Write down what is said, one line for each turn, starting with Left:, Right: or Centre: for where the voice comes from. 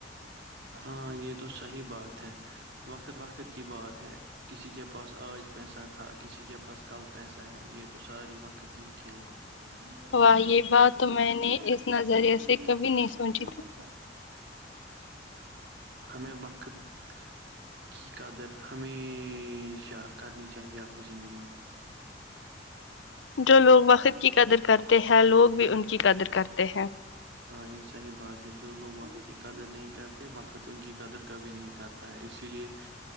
Right: ہاں یہ تو صحیح بات ہے وقت وقت کی بات ہے کسی کے پاس آج پیسہ تھا کسی کے پاس کل پیسہ ہے یہ تو سارے وقت کی ہی کھیل ہے دپ یہ
Left: واہ بات
Right: ن موموج
Left: تو میں
Right: سےس
Left: نے
Right: نرا
Left: اس نظریے سے کبھی نہیں
Right: پچ
Left: سوچی
Right: پ کم س ہمیں وقت کی قدر ہمیشہ کرنی چاہیے اپنی زندگی میں
Left: جو لوگ وقد کی قدر کرتے ہیں لوگ بھی ان کی قدر کرتے ہیں
Right: ہاں یہ صحیح بات ہے جو لوگ وقت کی قدر نہیں کرتے وقت ان کی قدر کبھی نہیں کرتا ہے اسی لیے